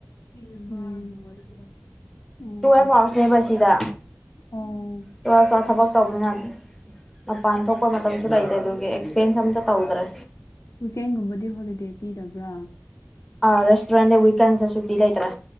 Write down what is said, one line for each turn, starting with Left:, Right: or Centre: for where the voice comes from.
Left: ꯎꯝ ꯎꯝ
Centre: ꯇꯨꯋꯦꯜꯐ ꯑꯥꯋꯔꯁꯅꯦꯕ ꯁꯤꯗ
Left: ꯑꯣ
Centre: ꯇꯨꯋꯦꯜꯐ ꯑꯥꯋꯔ ꯊꯕꯛ ꯇꯧꯕꯅꯤꯅ ꯃꯄꯥꯟ ꯊꯣꯛꯄ ꯃꯇꯝꯁꯨ ꯂꯩꯇꯦ ꯑꯗꯨꯒꯤ ꯑꯦꯛꯁꯄꯦꯟꯁ ꯑꯝꯇ ꯇꯧꯗ꯭ꯔꯦ
Left: ꯋꯤꯀꯦꯟꯒꯨꯝꯕꯗꯤ ꯍꯣꯂꯤꯗꯦ ꯄꯤꯗꯕ꯭ꯔꯥ
Centre: ꯑ ꯔꯦꯁꯇꯨꯔꯦꯟꯅꯦ ꯋꯤꯀꯦꯟ ꯗꯁꯨ ꯁꯤꯗꯥꯏꯇ꯭ꯔꯥ